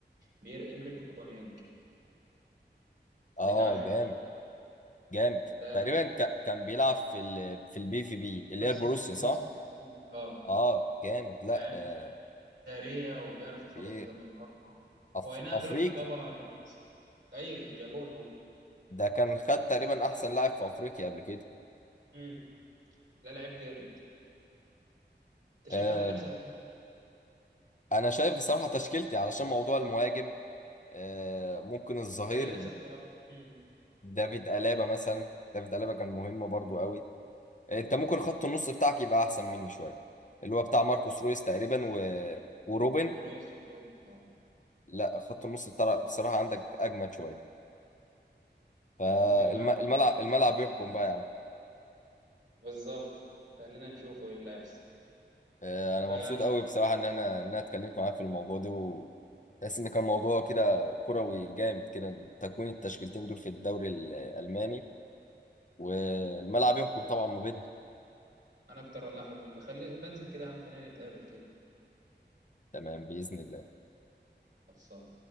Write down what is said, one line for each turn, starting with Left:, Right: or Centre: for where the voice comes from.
Right: بيير امريك اوباميانج تلاقيك
Left: آه
Right: عارفه
Left: جامد
Right: طبعا
Left: جامد
Right: ده
Left: تقريبا ك... كان بيلعب في ال... في البي في بي اللي
Right: بص
Left: هي البروسيا
Right: في بروسيا
Left: صح؟
Right: اه
Left: اه جامد لا
Right: لاعب
Left: آه
Right: سريع وبيعرف يخلص
Left: في ايه
Right: قدام المرمى
Left: أف...
Right: هو اي نعم
Left: افريقي
Right: دلوقتي كبر بس- ايوه جابونا اهو
Left: ده كان خد تقريبا احسن لاعب في افريقيا قبل كده
Right: امم لا لعيب جامد انت
Left: آه
Right: شايف انا الاحسن
Left: انا شايف بصراحة تشكيلتي علشان موضوع المهاجم آه ممكن الظهير
Right: انت للاسف اه امم
Left: دافيد ألابا مثلا دافيد ألابا كان مهم برضو قوي آه، انت ممكن خط النص بتاعك يبقى احسن مني شوية اللي هو بتاع ماركوس رويس تقريبا و... وروبن
Right: ماركو رويس وجوردن. اه
Left: لا خط النص بتاع- بصراحة عندك اجمد شوية فالملعب
Right: انا متفق معاك فيه.
Left: الملعب يحكم بقى يا عم
Right: بالظبط خلينا نشوفه ايه اللي هيحصل
Left: آه، انا
Right: ب-
Left: مبسوط قوي بصراحه ان احنا ان انا اتكلمت معاك في الموضوع ده بس ان كان موضوع كده كروي جامد كده تكوين التشكيلتين دول في الدوري الالماني والملعب يحكم طبعا ما بينهم
Right: انا اكتر والله حبي بخلي بنزل كده يا عم خلينا نتقابل كده
Left: تمام باذن الله
Right: خلصان